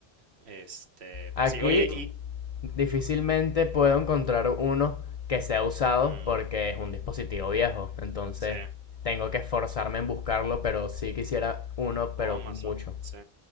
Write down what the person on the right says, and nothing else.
Este, pero
sí, oye, y...
mm,
sí.
O
Amazon,
sí.